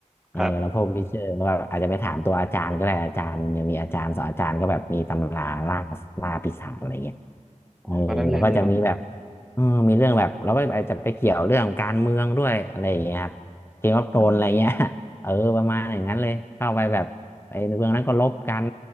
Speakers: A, on the left (about 20°); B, in the centre.
A: เออแล้วพวกวิเชอร์ก็อาจจะไปถามตัวอาจารย์ก็ได้อาจารย์ยังมีอาจารย์สอนอาจารย์ก็แบบมีตำราล่าล่าปีศาจอะไรเงี้ย
B: ครับ
A: เออแล้วก็จะมีแบบ
B: ผมก็นั่งเล่นนี่เนาะ
A: เออมีเรื่องแบบเราไปอาจจะไปเกี่ยวเรื่องการเมืองด้วยอะไรอย่างเงี้ยครับเกมออฟโธรนอะไรเงี้ย
B: อืม
A: <laughs> เออประมาณอย่างนั้นเลยเข้าไปแบบไอ้เมืองนั้นก็ลบกัน